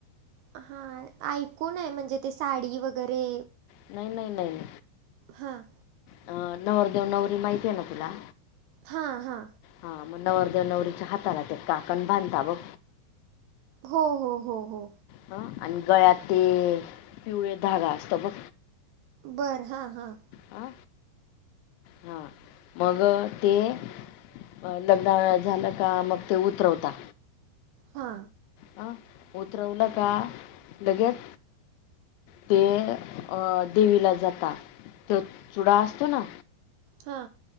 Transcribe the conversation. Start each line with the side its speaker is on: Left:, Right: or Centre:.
Right: हा ऐकून आहे म्हणजे ते साडी वगैरे
Left: नाही नाही नाही.
Right: हां.
Left: अ नवरदेव नवरी माहिती आहे ना तुला?
Right: हा हा.
Left: हा मग नवरदेव नवरीच्या हाताला ते काकण बांधता बघ.
Right: हो हो हो हो.
Left: ह आणि गळ्यात ते पिवळे धागा असत बघ.
Right: बरं हां हां.
Left: ह हा मग ते, लग्नावल्या झालं का मग ते उतरवता
Right: हा.
Left: अ उतरवलं का लगेच ते अ देवीला जाता. तो चुडा असतो ना.
Right: हा.